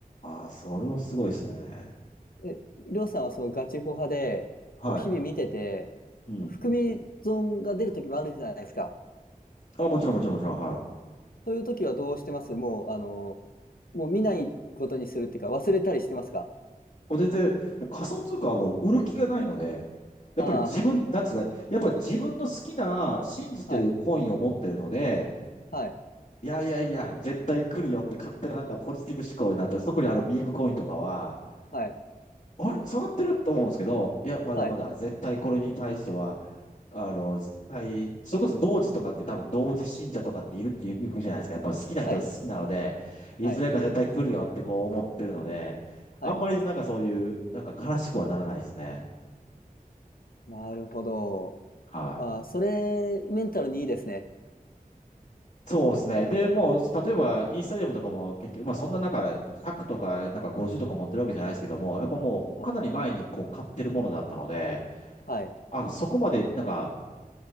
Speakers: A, on the left; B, on the left.
A: ああ、それはすごいですね。
B: え、りょうさんはそのガチホ派で、
A: はい。
B: こう日々見てて、
A: うん。
B: 含み損が出る時もあるじゃないですか。
A: あ、もちろんもちろんもちろん。はい。
B: そういう時はどうしてますもう、あの、もう見ないことにするっていうか、忘れたりしてますか
A: もう全然、もう仮想通貨はもう売る気がないので、やっぱり自分、
B: ああ
A: なんですか、やっぱ自分の好きな、信じてるコインを持ってるので、
B: ー、はい、はい、
A: いやいやいや、絶対来るよって勝手ななんかポジティブ思考になって、特にあのミームコインとかは、
B: はい、
A: あれ、下がってると思うんですけど、いや、まだまだ絶対これに対しては、
B: はい、
A: あの、対、それこそ同時とかって多分同時信者とかっているっていうじゃないですか。やっぱ好きな人は好きなので、
B: はい、
A: いずれか絶対来るよってこう思ってるので、
B: はい、はい。
A: あんまりなんかそういう、なんか悲しくはならないですね。
B: なるほど。
A: はい。
B: ああ、それ、メンタルにいいですね。
A: そうですね。で、もう、例えば、イースタリアムとかも結局、まあそんななんか100とか、なんか50とか持ってるわけじゃないですけども、やっぱもうかなり前にこう買ってるものだったので、
B: はい、はい。
A: あ、そこまでなんか、